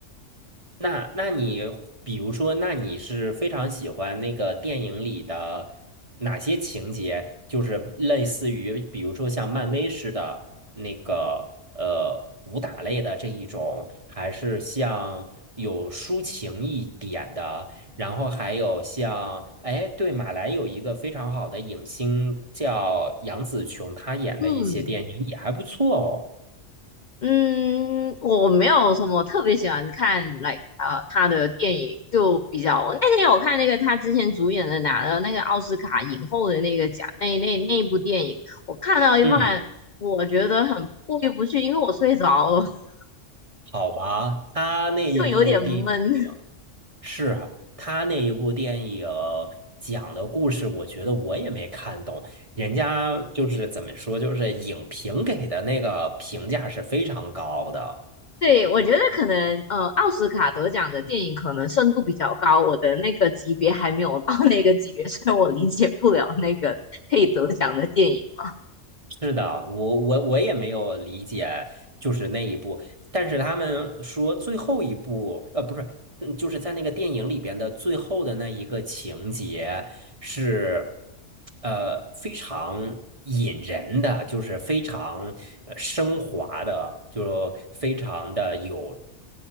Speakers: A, on the right; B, on the left.
A: 那那你比如说，那你是非常喜欢那个电影里的哪些情节？就是类似于，比如说像漫威似的那个呃武打类的这一种，还是像有抒情一点的？然后还有像，哎，对，马来有一个非常好的影星叫杨紫琼，她演的一些电影也还不错哦。
B: 嗯嗯，我没有什么特别喜欢看来呃他的电影，就比较那天我看那个他之前主演的拿了那个奥斯卡影后的那个奖，那那那部电影，我看到一半，
A: 嗯，
B: 我觉得很过意不去，因为我睡着了，<laughs>
A: 好吧，她那一部电影。
B: 就有点闷。
A: 是啊，他那一部电影讲的故事，我觉得我也没看懂。人家就是怎么说，就是影评给的那个评价是非常高的。
B: 对，我觉得可能呃，奥斯卡得奖的电影可能深度比较高，我的那个级别还没有到那个级别，所以我理解不了那个可以得奖的电影嘛。
A: 是的，我我我也没有理解，就是那一部，但是他们说最后一部，呃，不是，嗯就是在那个电影里边的最后的那一个情节是，呃，非常引人的，就是非常呃升华的，就非常的有